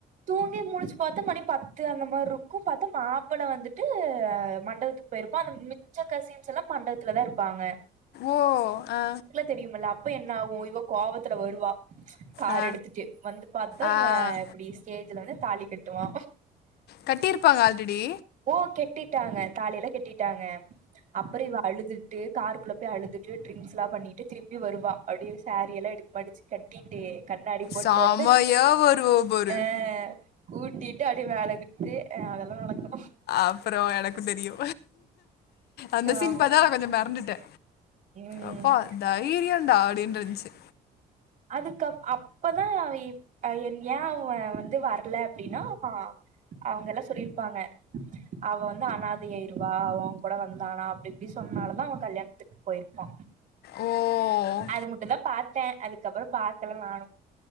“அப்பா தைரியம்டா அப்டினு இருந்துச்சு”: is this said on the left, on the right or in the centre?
Left